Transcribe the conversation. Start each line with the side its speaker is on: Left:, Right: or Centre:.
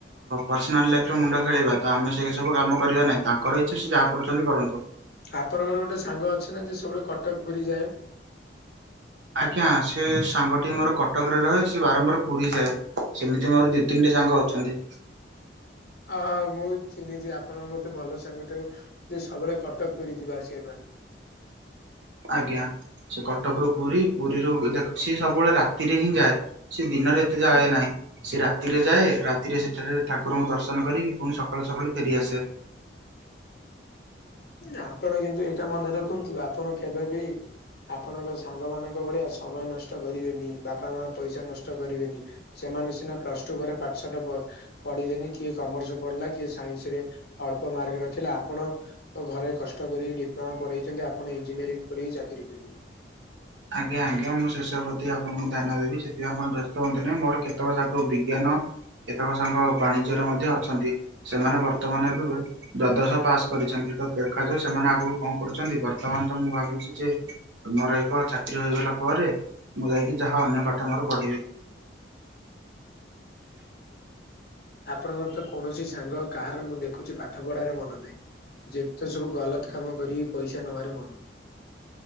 Right: ପର୍ସିନାଲ୍ ଲାଇଫ୍ ରେ ମୁଣ୍ଡ ଖେଳେଇବା। ତ ଆମେ ସେଇ ସବୁ କାମ କରିବା ନାହିଁ। ତାଙ୍କର ଇଚ୍ଛା ସେ ଯାହା କରୁଛନ୍ତି କରନ୍ତୁ।
Left: ଆପଣଙ୍କର ଗୋଟେ ସାଙ୍ଗ ଅଛି ନା। ଯିଏ ସବୁବେଳେ କଟକ ପୁରୀ ଯାଏ।
Right: ଆଜ୍ଞା ସେ ସାଙ୍ଗଟି ମୋର କଟକରେ ରହେ। ସେ ବାରମ୍ବାର ପୁରୀ ଯାଏ। ସେମିତି ମୋର ଦି ତିନି ଟା ସାଙ୍ଗ ଅଛନ୍ତି।
Left: ହଁ ହଁ ମୁଁ ଚିହ୍ନିଚି ଆପଣଙ୍କ ବୋହୁତୁ ଭଲ ସାଙ୍ଗ କୁ ଯେ ସବୁବେଳେ କଟକ ପୁରୀ ଯିବା ଆସିବା କରେ।
Right: ଆଜ୍ଞା। ସେ କଟକରୁୁ ପୁରୀ ପୁରୀରୁ ଦେଖ ସେ ସବୁବେଳେ ରାତିରେ ହିଁ ଯାଏ। ସେ ଦିନରେ ଏତେ ଯାଏ ନାହିଁ। ସେ ରାତିରେ ଯାଏ। ରାତିରେ ସେଠାରେ ଠାକୁରଙ୍କୁ ଦର୍ଶନ କରିକି ଫୁଣି ସକାଳୁ ସକାଳୁ ଫେରିଆସେ।
Left: ଆପଣ କିନ୍ତୁ ଏଇଟା ମନେ ରଖନ୍ତୁ। ଆପଣ କେବେ ବି ଆପଣଙ୍କ ସାଙ୍ଗ ମାନଙ୍କ ଭଳିଆ ସମୟ ନଷ୍ଟ କରିବେନି। ବାପା ମା ପଇସା ନଷ୍ଟ କରିବେନି। ସେମାନେ ସିନା ପ୍ଲସ ଟୁ ପରେ ପାଠସାଠ ପ ପଢିଲେନି କିଏ କମର୍ସ ପଢିଲା। କିଏ ସାଇନ୍ସ ରେ ଅଳ୍ପ ମାର୍କ ରଖିଲା। ଆପଣ ଘରେ କଷ୍ଟ କରି ଡିପ୍ଲୋମା ପଢେଇଛନ୍ତି। ଆପଣ ଇଞ୍ଜିନିୟରିଂ ପଢିକି ଚାକିରି କରିବେ।
Right: ଆଜ୍ଞା। ଆଜ୍ଞା। ମୁଁ ସେସବୁ ପ୍ରତି ଆପଣଙ୍କୁ ଧ୍ୟାନ ଦେବି। ସେଥିପାଇଁ ଆପଣ ବ୍ୟସ୍ତ ହୁଅନ୍ତୁନି ମୋର କେତେବେଳେ ସାର୍ କୋ ବିଜ୍ଞାନ କେତେକ ସାଙ୍ଗ ବାଣିଜ୍ୟରେ ମଧ୍ୟ ଅଛନ୍ତି। ସେମାନେ ବର୍ତ୍ତମାନ ଏବେ ଦ୍ଵାଦଶ ପାସ୍ କରିଛନ୍ତି। ତ ଦେଖାଯାଉ ସେମାନେ ଆଗକୁ କଣ କରୁଛନ୍ତି। ବର୍ତ୍ତମାନ ତ ମୁଁ ଭାବିଛି ଯେ ମୋର ଏକ ଚାକିରୀ ହୋଇଗଲା ପରେ। ମୁଁ ଯାଇକି ଯାହା ଅନ୍ୟ ପାଠ ମୋର ପଢିବି।
Left: ଆପଣଙ୍କର ତ କୌଣସି ସାଙ୍ଗ କାହାର ମୁଁ ଦେଖୁଛି ପାଠ ପଢାରେ ମନ ନାହିଁ। ଯେତେ ସବୁ ଗଲତ୍ କାମ କରିକି ପଇସା ନବାରେ ମନ।